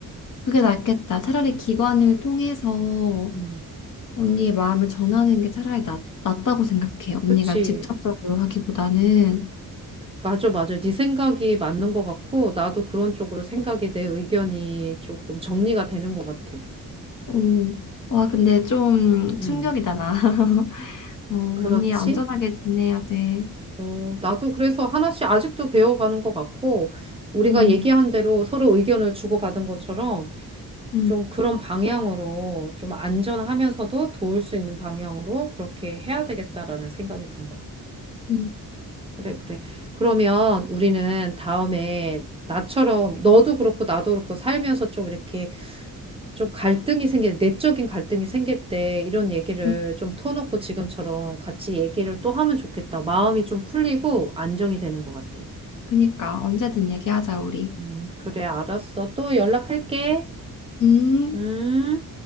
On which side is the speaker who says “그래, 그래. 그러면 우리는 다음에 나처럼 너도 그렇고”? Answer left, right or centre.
Right